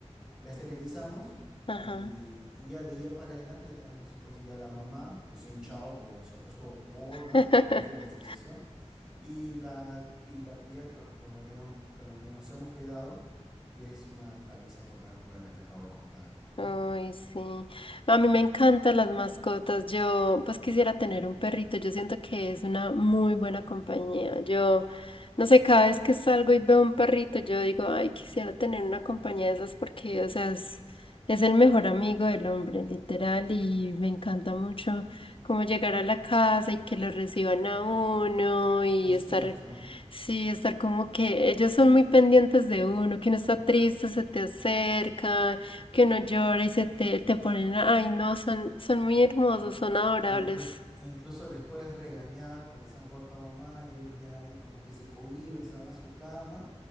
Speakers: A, in the centre; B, on the left.
A: la esterilizamos
B: ajá.
A: y, y ya de ella para adelante ya tenemos entonces ya la mamá que se ha hinchado, gordo, se ha puesto gorda
B: <laughs>
A: a raíz de la esterilización y la, y la cría que la- con la que nos, con la que nos hemos quedado, que es una traviesa total como la que te acabo de contar, pues,
B: Ay,
A: ¿no?
B: sí. A mí me encantan las mascotas. Yo, pues quisiera tener un perrito. Yo siento que es una muy buena compañía. Yo, no sé, cada vez que salgo y veo un perrito, yo digo, ay, quisiera tener una compañía de esas porque, o sea, es, es el mejor amigo del hombre, literal. Y me encanta mucho como llegar a la casa y que lo reciban a uno y
A: Es
B: estar
A: cierto, ¿no?
B: Sí, estar como que ellos son muy pendientes de uno, que uno está triste, se te acercan que no llores, se te, te ponen, ay no, son, son muy hermosos, son adorables.
A: Inclu- e incluso les puedes regañar porque se han portado mal, ellos ya ahí como que se cohíben, se van a su cama